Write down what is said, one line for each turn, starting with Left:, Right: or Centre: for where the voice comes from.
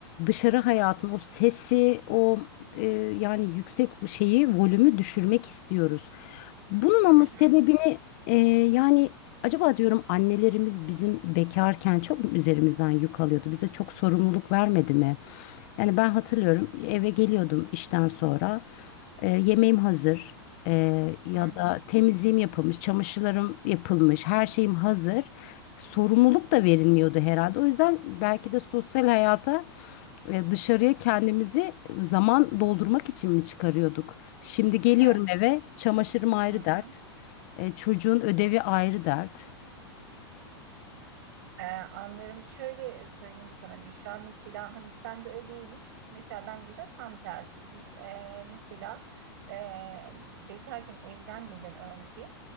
Left: dışarı hayatın o sesi o e, yani yüksek şeyi volümü düşürmek istiyoruz. Bunun ama
Right: Hı
Left: sebebini
Right: hı,
Left: e, yani acaba diyorum annelerimiz bizim bekarken çok mu üzerimizden yük alıyordu? Bize çok sorumluluk vermedi mi? Yani ben hatırlıyorum eve geliyordum işten sonra. E, yemeğim hazır. E, ya
Right: hı hı,
Left: da temizliğim yapılmış, çamaşırlarım yapılmış, her şeyim hazır. Sorumluluk da verilmiyordu herhalde. O yüzden belki de sosyal hayata e, dışarıya kendimizi zaman doldurmak için mi çıkarıyorduk? Şimdi geliyorum
Right: e,
Left: eve, çamaşırım ayrı
Right: hı hı.
Left: dert, e, çocuğun ödevi ayrı dert.
Right: Ee, anlıyorum. Şöyle söyleyeyim sana Büşra. Mesela hani sen de öyleymiş. Mesela bence de tam tersi. Biz e, mesela e, bekarken evlenmeden önce